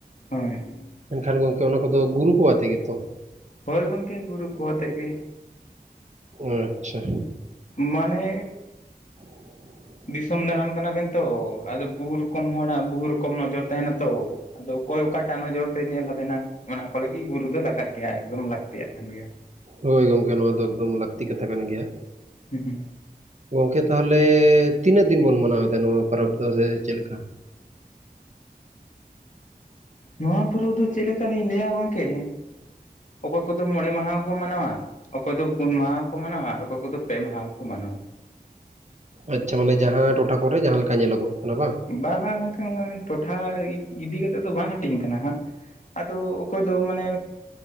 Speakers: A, on the left; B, on the right.
A: ᱦᱳᱭ,
B: ᱢᱮᱱ ᱠᱷᱟᱱ ᱜᱚᱝᱠᱮ ᱚᱱᱟ ᱠᱚᱫᱚ ᱜᱩᱨᱩ ᱠᱚ ᱟᱛᱮ ᱜᱮ ᱛᱚ᱾
A: ᱦᱳᱭ ᱜᱚᱝᱠᱮ ᱜᱩᱨᱩ ᱠᱚ ᱟᱛᱮᱫ ᱜᱮ᱾
B: ᱟᱪᱪᱷᱟ᱾
A: ᱢᱟᱱᱮᱼᱼ
B: <inaudible>
A: ᱫᱤᱥᱚᱢ ᱫᱟᱬᱟᱱ ᱠᱟᱱᱟ ᱵᱮᱱ ᱛᱚ ᱟᱫᱚ ᱵᱩᱦ ᱨᱚᱠᱚᱢ ᱦᱚᱲᱟᱜ ᱵᱩᱦ ᱨᱚᱠᱚᱢ ᱱᱚᱡᱚᱨ ᱛᱟᱦᱮᱱᱟ ᱛᱚ᱾ ᱟᱫᱚ ᱚᱠᱚᱭ ᱚᱠᱟ ᱴᱟᱜ ᱱᱚᱡᱚᱨ ᱛᱮ ᱧᱮᱞ ᱟᱵᱮᱱᱟ ᱚᱱᱟ ᱠᱚ ᱞᱟᱹᱜᱤᱫ ᱜᱩᱨᱩ ᱫᱚ ᱞᱟᱜᱟᱜ ᱜᱮᱭᱟ ᱮᱠᱫᱚᱢ ᱞᱟᱹᱠᱛᱤᱭᱟᱜ ᱠᱟᱱ ᱜᱮᱭᱟ᱾
B: ᱦᱳᱭ ᱜᱚᱝᱠᱮ ᱱᱚᱣᱟ ᱫᱚ ᱮᱠᱫᱚᱢ ᱞᱟᱠᱛᱤ ᱠᱟᱛᱷᱟ ᱠᱟᱱ ᱜᱮᱭᱟ᱾
A: ᱦᱩ ᱦᱩ
B: ᱜᱚᱝᱠᱮ ᱛᱟᱦᱚᱞᱮ ᱛᱤᱱᱟᱹᱜ ᱫᱤᱱ ᱵᱚᱱ ᱢᱟᱱᱟᱣ ᱮᱫᱟ ᱱᱚᱣᱟ ᱯᱚᱨᱚᱵᱽ ᱫᱚ ᱥᱮ ᱪᱮᱫ ᱞᱮᱠᱟ?
A: ᱱᱩᱣᱟ ᱯᱳᱨᱩᱚᱵ ᱫᱚ ᱪᱮᱫ ᱞᱮᱠᱟ ᱞᱤᱧ ᱞᱟᱹᱭᱟ ᱜᱚᱝᱠᱮᱼᱼ ᱚᱠᱚᱭ ᱠᱚᱫᱚ ᱢᱚᱬᱮᱸ ᱢᱟᱦᱟ ᱠᱚ ᱢᱟᱱᱟᱣᱟ᱾ ᱚᱠᱚᱭ ᱫᱚ ᱯᱩᱱ ᱢᱟᱦᱟ ᱦᱚᱸᱠᱚ ᱢᱟᱱᱟᱣᱟ ᱟᱨ ᱚᱠᱚᱭ ᱠᱚᱫᱚ ᱯᱮ ᱢᱟᱦᱟ ᱦᱚᱸᱠᱚ ᱢᱟᱱᱟᱣᱟ᱾
B: ᱟᱪᱪᱷᱟ ᱢᱟᱱᱮ ᱡᱟᱦᱟᱸ ᱴᱚᱴᱷᱟ ᱠᱚᱨᱮ ᱡᱟᱦᱟᱸ ᱞᱮᱠᱟ ᱧᱮᱞᱚᱜᱼᱚᱜ ᱠᱟᱱᱟ ᱵᱟᱝᱼᱼ
A: ᱵᱟᱝ ᱵᱟᱝ ᱚᱱᱠᱟ ᱴᱚᱴᱷᱟ ᱤᱫᱤ ᱠᱟᱛᱮᱜ ᱫᱚ ᱵᱟᱝ ᱦᱟᱹᱴᱤᱧ ᱠᱟᱱᱟ ᱦᱟᱸᱜ᱾ ᱟᱫᱚ, ᱠᱚᱭ ᱫᱚ ᱢᱟᱱᱮᱼᱼ